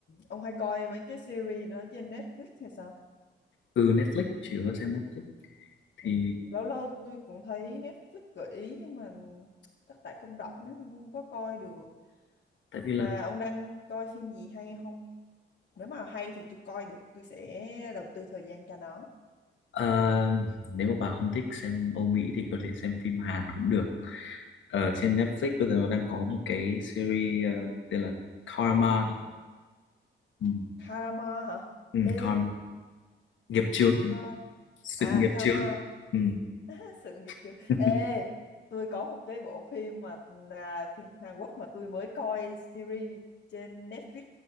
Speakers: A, on the left; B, on the left.
A: Ông hay coi mấy cái series đó trên Netflix hay sao?
B: Ừ Netflix chỉ có xem Netflix thì
A: Ừ. Lâu lâu tôi cũng thấy Netflix gợi ý nhưng mà chắc tại không rảnh nữa không có coi được.
B: tại vì là
A: Mà ông đang coi phim gì hay không? Nếu mà hay thì tôi coi được, tôi sẽ đầu tư thời gian cho nó.
B: ờ, nếu mà bà không thích xem Âu Mỹ thì có thể xem phim Hàn cũng được. Ở
A: Ừ.
B: trên Netflix bây giờ nó đang có một cái series ờ, tên là Karma, ừ,
A: Karma hả?
B: ừ,
A: Ê,
B: Karma, nghiệp chướng,
A: Kar...
B: sự
A: à
B: nghiệp
A: Karma.
B: chướng. Ừ.
A: <laughs> Sự nghiệp chứ.
B: <laughs>
A: Ê, tôi có một cái bộ phim mà là phim Hàn Quốc mà tôi mới coi series trên Netflix.